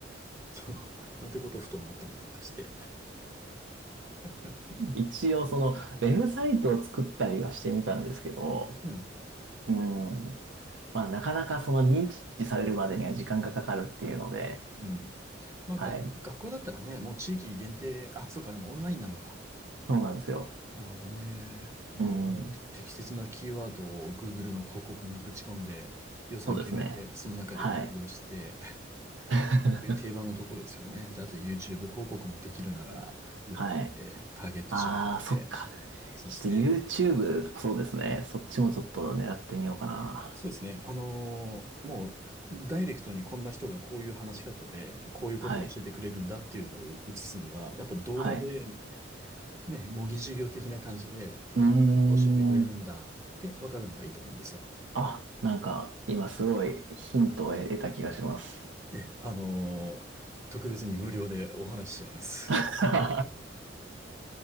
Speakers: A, on the right; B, on the right.
A: そう、なんてことをふと思ったりなんかして。<laughs>
B: 一応、その、ウェブサイトを作ったりはしてみたんですけど、
A: うん。
B: うん。まあ、なかなかその認知されるまでには時間がかかるっていうので、
A: うん。まあ、
B: はい。
A: が、学校だったらね、もう地域限定、あ、そうか、でもオンラインなのか。
B: そうなんですよ。
A: なるほどね。まあ、
B: うん。
A: もう適切なキーワードを Google の広告にぶち込んで、予算決めて、
B: そうですね。
A: その中で運用して、
B: はい。<laughs>
A: <laughs> 定番のとこですよね。で、あと YouTube 広告もできるなら、打って、
B: はい。
A: ターゲット絞って、
B: ああ、そっか。
A: そうですね。
B: ちょっと YouTube とかそうですね。そっちもちょっと狙ってみようかな。
A: そうですね。あのーもう、ダイレクトにこんな人がこういう話し方で、こういうことを教えてくれるんだっていうのを映すには、
B: はい。
A: やっぱ動画で、
B: はい。
A: ね、模擬授業的な感じで、あ、
B: うー
A: こういうことを教えてくれるんだって分かるのがいいと思うんですよ。
B: ん。あ、なんか、今すごいヒントを得た気がします。
A: え、あのー特別に無料でお話ししちゃいます。
B: <laughs>